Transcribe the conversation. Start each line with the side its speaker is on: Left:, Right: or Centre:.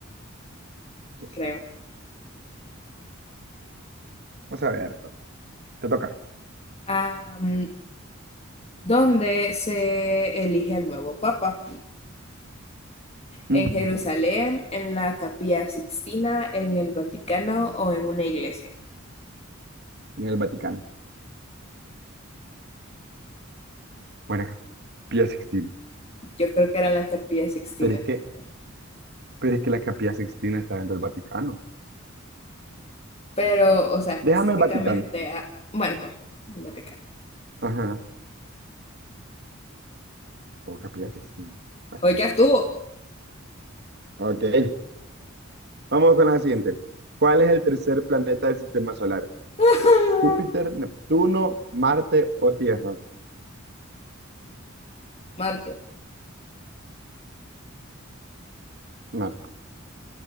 Right: Ok,
Left: creo.
Right: Vamos a ver, te toca.
Left: Am, ¿dónde se elige al nuevo papa?
Right: Ujú.
Left: ¿En Jerusalén, en la Capilla Sixtina, en el Vaticano o en una iglesia?
Right: En el Vaticano. Bueno, acá, Pía Sixtina.
Left: Yo creo que era en la Capilla Sixtina,
Right: Pero es que
Left: fíjate.
Right: Pero es que la Capilla Sixtina está dentro del Vaticano.
Left: Pero, o sea, específicamente
Right: Déjame el Vaticano.
Left: a... Bueno, va, el Vaticano.
Right: Ajá. O Capilla Sixtina. Bueno,
Left: Hoy ya estuvo.
Right: ok. Vamos con la siguiente. ¿Cuál es el tercer planeta del sistema solar?
Left: <laughs>
Right: ¿Júpiter, Neptuno, Marte o Tierra?
Left: Marte.
Right: Marte.